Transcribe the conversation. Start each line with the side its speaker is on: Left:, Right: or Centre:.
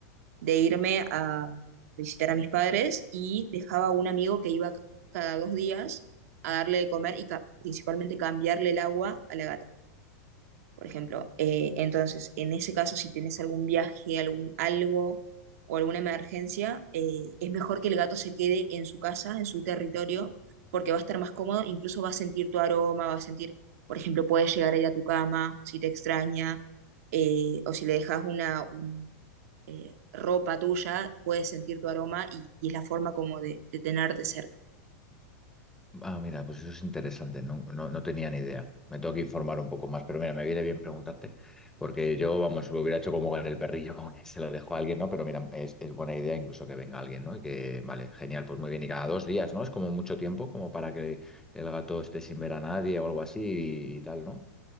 Right: de irme a visitar a mis padres y dejaba a un amigo que iba cada dos días a darle de comer y ca- principalmente cambiarle el agua a la gata por ejemplo. Eh, entonces, en ese caso, si tienes algún viaje, algún algo o alguna emergencia, eh, es mejor que el gato se quede en su casa, en su territorio, porque va a estar más cómodo, incluso va a sentir tu aroma, va a sentir, por ejemplo, puedes llegar a ir a tu cama si te extraña, eh, o si le dejas una un- ropa tuya, puede sentir tu aroma y, y es la forma como de, de tenerte cerca.
Centre: Ah, mira, pues eso es interesante, no, no, no tenía ni idea. Me tengo que informar un poco más, pero mira, me viene bien preguntarte, porque yo, vamos, lo hubiera hecho como con el perrillo, <laughs> como que se lo dejo a alguien, ¿no? Pero mira, es, es buena idea incluso que venga alguien, ¿no? Y que, vale, genial, pues muy bien, y cada dos días, ¿no? Es como mucho tiempo, como para que el gato esté sin ver a nadie o algo así y, y tal, ¿no?